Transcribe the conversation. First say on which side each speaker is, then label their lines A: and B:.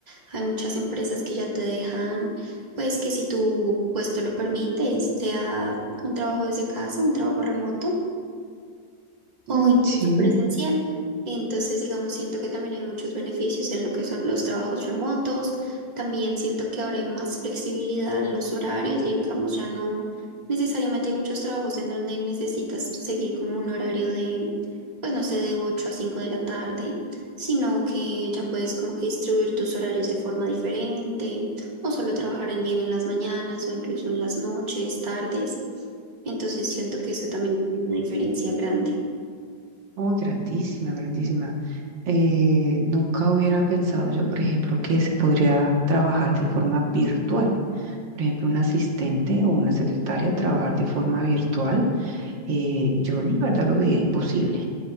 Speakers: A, on the right; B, on the right.
A: Hay muchas empresas que ya te dejan, pues que si tu puesto lo permite, sea un trabajo desde casa, un trabajo remoto
B: Mm,
A: o incluso
B: Sí.
A: presencial. Entonces, digamos, siento que también hay muchos beneficios en lo que son los trabajos remotos. También siento que ahora hay más flexibilidad en los horarios. Digamos, ya no necesariamente hay muchos trabajos en donde necesitas seguir como un horario de, pues no sé, de 8 a 5 de la tarde, sino que ya puedes como que distribuir tus horarios de forma diferente o solo trabajar en bien en las mañanas o incluso en las noches, tardes. Entonces, siento que eso también es una diferencia grande.
B: Oh, grandísima, grandísima. Eh, nunca hubiera pensado yo, por ejemplo, que se podría trabajar de forma virtual. Por ejemplo, un asistente o una secretaria trabajar de forma virtual. eh, yo la verdad lo veía imposible,